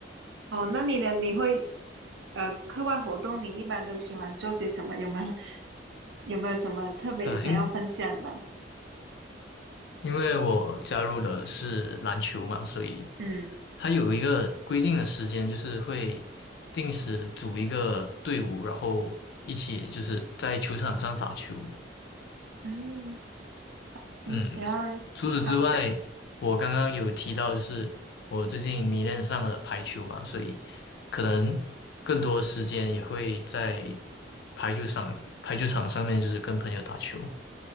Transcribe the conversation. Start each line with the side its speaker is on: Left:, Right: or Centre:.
Right: 哦，那你呢？你会，呃，课外活动你一般都喜欢做些什么？有没有有没有什么特别想要分享的？
Left: 啊，因因为我加入的是篮球嘛，所以
Right: 嗯
Left: 它有一个规定的时间，就是会定时组一个队伍，然后一起就是在球场上打球。
Right: 嗯，你喜然后爬
Left: 嗯，除此之外，我刚刚有提到，就是我最近迷恋上了排球嘛，所以可能更多时间也会在排球场排球场上面，就是跟朋友打球。